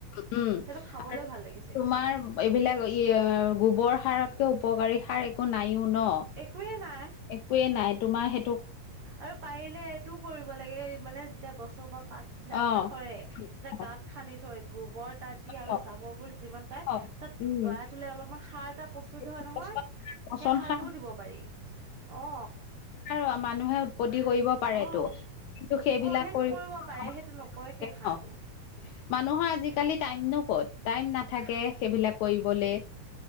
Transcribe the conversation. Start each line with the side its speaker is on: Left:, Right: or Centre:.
Left: উম,
Right: সেইটো খাবলৈও
Left: আৰু
Right: ভাল লাগিছে
Left: তোমাৰ
Right: কিন্তু।
Left: এইবিলাক য়অ গোবৰ সাৰতকৈ উপকাৰী সাৰ একো নায়ে ন।
Right: একোৱে নাই।
Left: একোৱে নাই তোমাৰ হে।
Right: আৰু পাৰিলে এইটোও কৰিব লাগে মানে যেতিয়া গছৰ বা পাত বিলাক
Left: অ',
Right: যে সৰে। এতিয়া
Left: অ',
Right: গাঁত খান্দি থৈ। গোবৰ তাত দি আৰু
Left: অ',
Right: জাবৰ বোৰ যিমান পাই
Left: অ,
Right: তাত
Left: উম,
Right: গৰা থলে অলপমান সাৰ এটা পছ। টোত
Left: সেইটো
Right: হয় নহয়
Left: পচন সাৰ পচন
Right: সেই সাৰটোও
Left: সাৰ
Right: দিব পাৰি অ।
Left: আৰু মানুহে। উৎপত্তি কৰিব পাৰেতো
Right: অ
Left: কিন্তু সেইবিলাক
Right: অ সেইটো
Left: কৰিব
Right: পাৰে
Left: ন।
Right: সেইটো নকয় সেই
Left: <unintelligible>
Right: সাৰটো
Left: মানুহৰ আজিকালি টাইমনো ক'ত টাইম নাথাকে সেইবিলাক কৰিবলে।